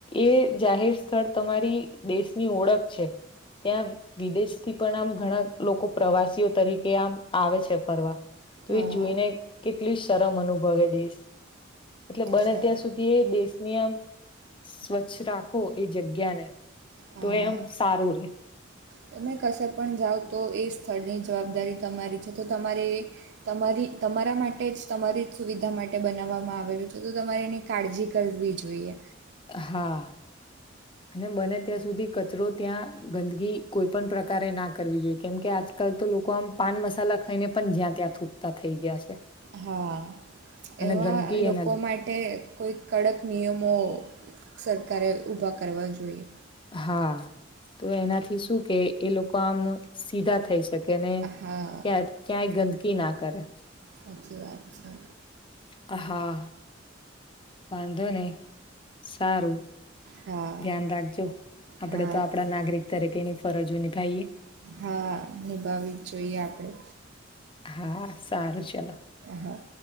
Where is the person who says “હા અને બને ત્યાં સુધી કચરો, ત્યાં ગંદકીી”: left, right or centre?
Left